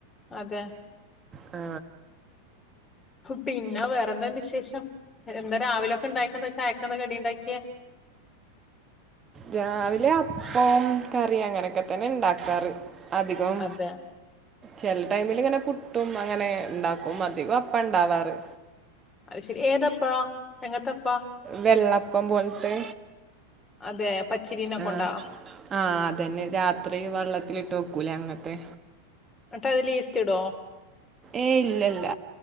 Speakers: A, on the left; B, on the right.
A: അതെ
B: ആ
A: പിന്നെ വേറെന്താ വിശേഷം എന്താ രാവിലൊക്കെ ഉണ്ടാക്കെയെന്താ ചായക്കെന്താ കടിണ്ടാക്ക്യേ?
B: രാവിലെ അപ്പോം കറി അങ്ങനൊക്കെ തന്നെ ഇണ്ടാക്കാറ്. അധികം
A: അതെ
B: ചെല ടൈമില്ങ്ങനെ പുട്ടും അങ്ങനെ ഇണ്ടാക്കും. അധികോം അപ്പാണ്ടാവാറ്.
A: അത് ശരി ഏതപ്പാ എങ്ങത്തപ്പാ?
B: വെള്ളപ്പം പോലത്തെ
A: അതെ പച്ചിരീന
B: ആഹ്
A: കൊണ്ടാ
B: ആഹ് അതന്നെ രാത്രി വെള്ളത്തിലിട്ട് വ ക്കൂലേ അങ്ങത്തെ
A: ന്നട്ട് അതിലീസ്റ്റിടോ?
B: ഏയ് ഇല്ലല്ല